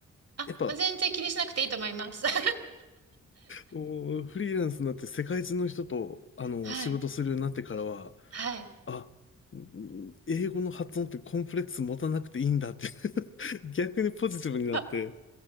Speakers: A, on the right; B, on the left.
A: あ、
B: やっぱ
A: まあ全然気にしなくていいと思います。<laughs>
B: おフリーランスになって世界中の人と、あの、
A: はい。
B: 仕事するようになってからは、
A: はい。
B: あ、ん英語の発音ってコンプレックス持たなくていいんだって <laughs> 逆にポジティブになって、
A: あ、